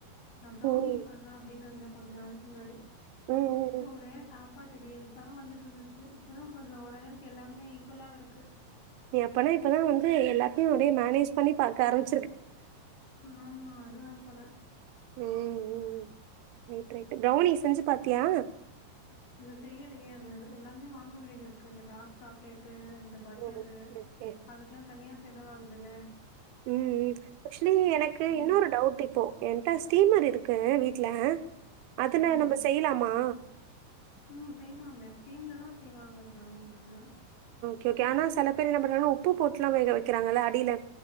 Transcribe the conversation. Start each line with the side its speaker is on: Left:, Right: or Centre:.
Left: நான் ப்ரோவ்னி
Right: ம்.
Left: பண்ணலா அப்படின்னு இருந்த கொஞ்சோ நாலுக்கு முன்னாடி
Right: ம், ம்,
Left: அப்போல இருந்து
Right: ம்.
Left: ஒரே சாப் பாட்டு ரீல்ஸ்சா வந்துட்டு இருந்துச்சு இப்பதா கொஞ்சோ ஓரளவுக்கு எல்லாமே ஈக்குவலா இருக்கு
Right: நீ அப்பனா இப்பதான் வந்து எல்லாத்தையும் அப்படியே மேனேஜ் பண்ணி பாக்க ஆரம்பி
Left: ஆமா அதுதான் போல
Right: ம் ம் ரைட் ரைட் ப்ரௌனி செஞ்சு பாத்தியா
Left: அது செய்யலையே அது எல்லாமே வாங்க வேண்டியது இருக்கு இந்த டார் சாக்லேட்டு இந்த பட்டரு
Right: ஓகே, ஓகே.
Left: அதுக்கெல்லா தனியா செலவாகதுல
Right: ம் ம் ஆக்சுவலி எனக்கு இன்னொரு
Left: இருக்கு.
Right: டவுட் இப்போ என்ட்ட ஸ்டீமர் இருக்கு வீட் ட்ல அதனா
Left: ம்.
Right: நம்ம செய்லாமா
Left: ம் செய்லாமே ஸ்டீம்ல தா செய்வாங்க பரௌனீஸு
Right: கு கேனா செல பேர் என்ன பண்றாங்கன்னா உப்பு போட்டுலா வேக வெக்குறாங்கல்ல அடில